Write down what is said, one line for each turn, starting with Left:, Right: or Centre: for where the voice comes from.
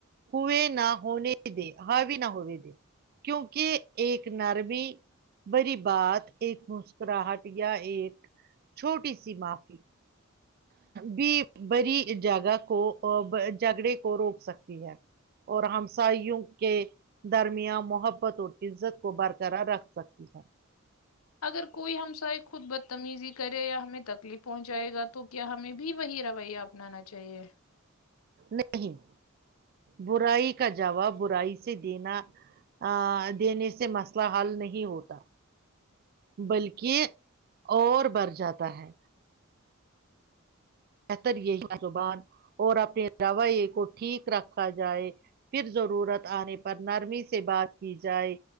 Right: ہوئے نہ ہونے دے ہاوی نہ ہونے کیونکہ ایک نرمی بڑی بات ایک مسکراہٹ یا ایک چھوٹی سی معافی بھی بری جگہ کو جھگڑے کو روک سکتی ہے اور ہمسائیوں کے درمیاں محبت اور عزت کو برقرار رکھ سکتی ہے
Left: اگر کوئی ہمسائے خود بدتمیزی کرے یا ہمیں تکلیف پہنچائے گا تو کیا ہمیں بھی وہی رویہ اپنانا چاہیے
Right: نہیں برائی کا جواب برائی سے دینا ا دینے سے مسئلہ حل نہیں ہوتا بلکہ اور بر جاتا ہے بہتر یہی زبان اور اپنے رویے کو ٹھیک رکھا جائے پھر ضرورت آنے پر نرمی سے بات کی جائے